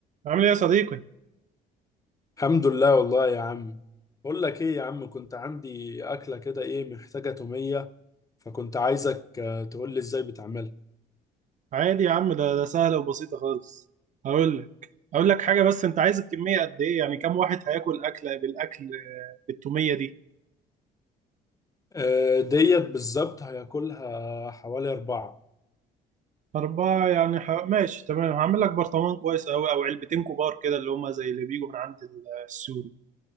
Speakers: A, on the right; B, on the left.
A: عامل ايه يا صديقي؟
B: الحمد لله والله يا عم بقول لك ايه يا عم كنت عندي اكله كده ايه محتاجه توميه فكنت عايزك آه، تقول لي ازاي بتعملها
A: عادي يا عم ده ده سهلة وبسيطة خالص. هقول لك هقول لك حاجة بس أنت عايز الكمية قد إيه؟ يعني كم واحد هياكل أكلة بالأكل آه، بالتومية دي؟
B: آه، ديت بالظبط هياكلها حوالي اربعه
A: أربعة يعني ح... ماشي تمام هعمل لك برطمان كويس أوي أو علبتين كبار كده اللي هما زي اللي بيجوا من عند ال- السوري.